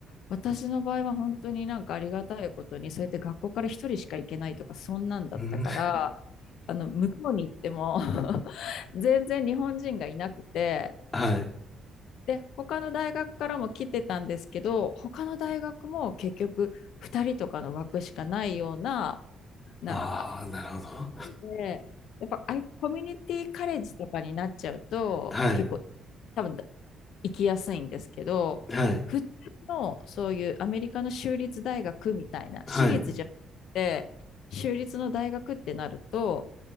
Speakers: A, on the left (about 80°); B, on the left (about 30°).
A: 私の場合は本当になんかありがたいことに、そうやって学校から一人しか行けないとか、そんなんだったから、
B: うん。
A: あの、向こうに行っても <laughs> 全然日本人がいなくて、
B: はい。
A: で、他の大学からも来てたんですけど、他の大学も結局2人とかの枠しかないような、なんか、
B: ああ、なるほど。
A: で、やっぱあいコミュニティカレッジとかになっちゃうと、
B: はい。
A: 結構多分行きやすいんですけど、
B: はい。
A: 普通のそういうアメリカの州立大学みたいな、
B: はい。
A: 私立じゃなくて、州立の大学ってなると、